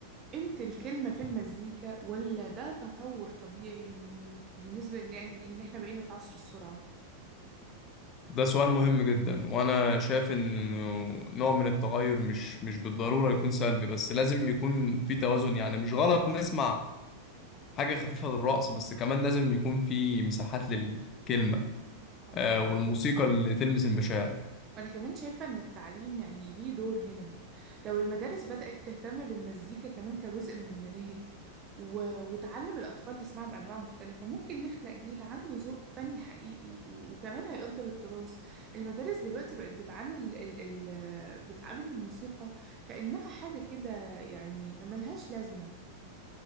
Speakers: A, on the right; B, on the left.
A: قيمة الكلمة في المزيكا ولا ده تطور طبيعي بالنسبة إن- يعني ان احنا بقينا في عصر السرعة
B: ده سؤال مهم جدا وانا شايف ان نوع من التغير مش مش بالضروره يكون سلبي بس لازم يكون في توازن يعني مش غلط نسمع حاجه خفيفه للرقص بس كمان لازم يكون في مساحات للكلمه
A: اه
B: آه،
A: اه
B: والموسيقى اللي تلمس المشاعر
A: وأنا كمان شايفة إن التعليم يعني ليه دور هنا لو المدارس بدأت تهتم بالمزيكا كمان كجزء من المناهج و... وتعلم الأطفال يسمعوا بأنواع مختلفة ممكن نخلق جيل عنده ذوق فني حقيقي و... وكمان هيقدر التراث المدارس دلوقتي بقت بتعامل ال... ال... بتعامل الموسيقى كأنها حاجة كده يعني ملهاش لازمة